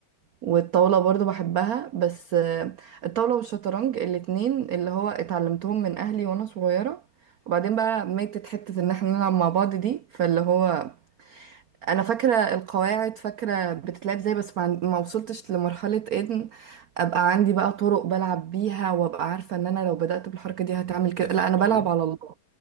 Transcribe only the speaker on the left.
ده في
الطاولة